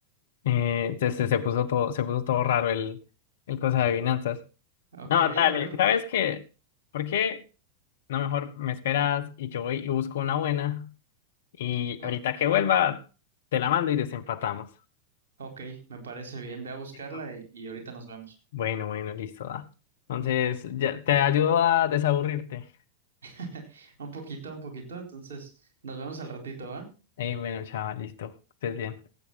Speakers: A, on the left; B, on the right.
A: Eh, se, se- se puso todo, se puso todo raro el, el cosa de adivinanzas.
B: Ok,
A: No, dale,
B: a ver.
A: ¿sabes qué? ¿Por qué no mejor me esperas y yo voy y busco una buena? Y
B: o-
A: ahorita que vuelva, te la mando y desempatamos.
B: ok, me parece bien. Ve a buscarla
A: Listo.
B: y, y ahorita nos vemos.
A: Bueno, bueno, listo, da. Entonces, ya te ayudo a desaburrirte.
B: <laughs> Un poquito, un poquito. Entonces, nos vemos al ratito, ¿va?
A: Ey, bueno, chaval, listo. Que Estés bien.